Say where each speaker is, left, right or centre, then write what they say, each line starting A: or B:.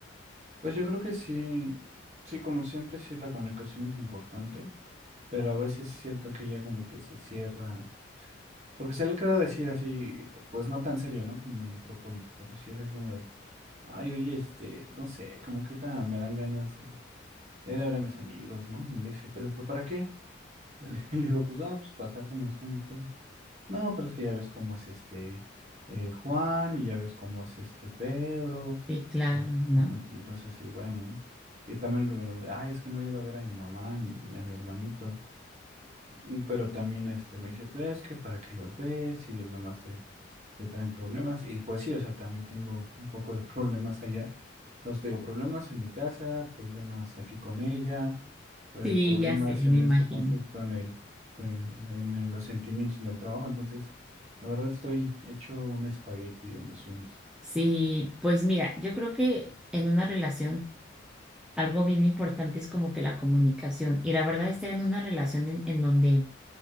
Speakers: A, on the right; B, in the centre.
A: Pues yo creo que sí, sí, como siempre, sí la comunicación es importante, pero a veces siento que ella como que se cierra, porque se le queda decir así, pues no tan serio, ¿no? Como lo propones, pero sí es así como de, ay, oye, este, no sé, como que ahorita me dan ganas de de ir a ver a mis amigos, ¿no? Y me dice, pero, pero ¿para qué? <laughs> Y le digo, pues, ah, pues pasar como están y todo. No, pero es que ya ves cómo es este eh, Juan y ya ves cómo es este Pedro.
B: Sí, claro,
A: eh,
B: ¿no?
A: entonces, sí, bueno, ¿no? Y también, bueno, ah, es que no he ido a ver a mi mamá ni a mi hermanito. Mm, Pero también este, me dice, pues es que para que los ves y ellos nomás te, te traen problemas. Y pues sí, o sea, también tengo un poco de <laughs> problemas allá. Entonces, tengo problemas en mi casa, problemas aquí con ella eh,
B: Sí,
A: problemas
B: ya sé, me
A: en
B: imagino.
A: este conflicto en el, con- en el- los sentimientos en el trabajo. Entonces, la verdad estoy hecho un espagueti de emociones.
B: Sí, pues mira, yo creo que en una relación algo bien importante es como que la comunicación. Y la verdad, estar en una relación en, en donde,